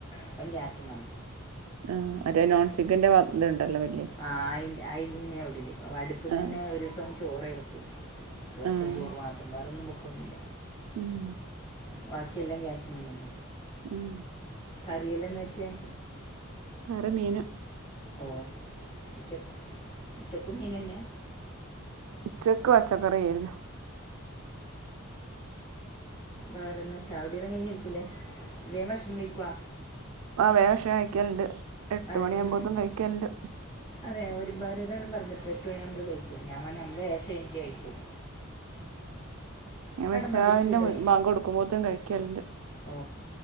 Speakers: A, on the left (about 25°); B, on the right (about 80°).
A: ഇപ്പ ഗ്യാസ് മേ
B: ഉം മറ്റേ നോൺസ്റ്റിക്കിൻ്റെപാത് ഇതു ണ്ടല്ലോ ല്യെ
A: ആഹ് അയ്ന്റെ അന്നെ ഇടൽ അട്പ്പ്ന്നന്നെ
B: ആഹ്
A: ഒരീസംചോറേ വെക്കൊള്ളൂ റസ്സ്
B: ആഹ്
A: ചോറ് മാത്രം വേറോന്നുംവെ ക്കൊന്നുല്ല
B: ഉം
A: വാക്കിയെല്ല ഗ്യാസമന്ന്ന്നെ
B: ഉം
A: കറികളെന്നച്ചേ
B: കറി മീന്
A: ഓ ഉച്ച ഉച്ചക്കും മീനെന്നെ
B: ഉച്ചക്ക് പച്ചക്കറിഏര്ന്നു
A: വേറെന്ന ചായടീ എല്ലാം കഴിഞ് ഇരിക്കുല്ലേ. വേം വക്ഷണം കഴിക്ക്വാ
B: ആ വേ വിഷം കഴിക്കെല്ണ്ട്. എട്ട്
A: അതായത്
B: മണിയാമ്പോത്തും കഴിക്കെൽണ്ട്
A: അതെ ഒരുപേരാരളും പറഞ്ഞിട്ട് എട്ട് മണി മ്പള് കഴിക്കോ ഞാൻ പറ നമ്മള് ഏഷകയിഞ്ഞ്ട്ടെ കഴിക്കോളൂ
B: ഞങ്ങഇഷാവിന്റെ
A: മദ്രസ ഉണ്ടാവില്ലേ
B: മുമ്പ് ബാങ്ക്കൊടുക്കുമ്പോ കഴിക്കല്ണ്ട്
A: ഓ